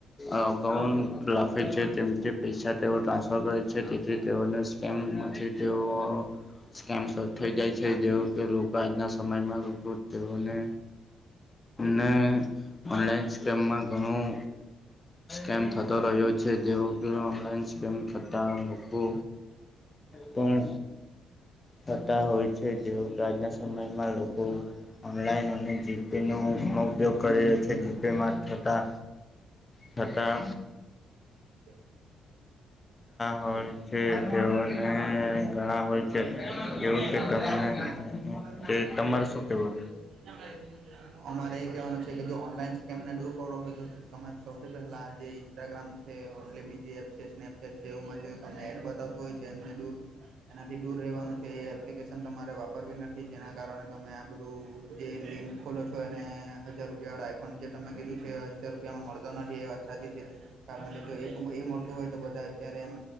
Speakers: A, on the left (about 25°); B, on the right (about 55°).
A: અકાઉન લખે છે તેમતે પૈસા તેઓ ટ્રાન્સફર કરે છે તેથી તેઓને સ સ્કેમ મા થી તેઓ સ્કેમ સ થઈ જાય છે જેવું પેલુ આજના સમયમાં લોકો તેઓને ને ઓનલાઈન સ્કેમમાં ઘણું સ્કેમ થત તો રહ્યો છે જેવું કે ઓનલાઈન સ્કેમ થતાં લોકો પણ થતા હોય છે જેવું કે આજના સમયમાં લોકો ઓનલાઈન અને જીપે નો ઘણો ઉપયોગ કરી રહ્યો છે જે પેમાં થતા થતા
B: <unintelligible> <unintelligible> <unintelligible>
A: હોય છે
B: અમારે
A: તેઓને ઘણા હોય છે એવું કે તમને કે તમારે શું કેવું?
B: એ કેવાનું છે કે જો ઓનલાઈન સ્કેમ ને દૂર કરવો હોય તો તમે સૌથી પહેલા આ જે ઇન્સ્ટાગ્રામ છે ઓનલી બીજી એપ છે સ્નેપચેટ છે એવુંમાં જો તમે બતાવતું હોય છે એમને દૂર એનાથી દુર રેવાનું છે એ એપલી કેસ એન તમારે વાપરવી નથી જેના કારણે તમે આ બધું જે લિંક ખોલો છો એને હજાર રૂપિયા વાળા આ પણ જે તમે કીધું છે, હજાર રૂપિયામાં મળતો નથી એ વાત સાચી છે. કારણ કે જો એક એ મળતું હોય તો બધા અત્યારે એમ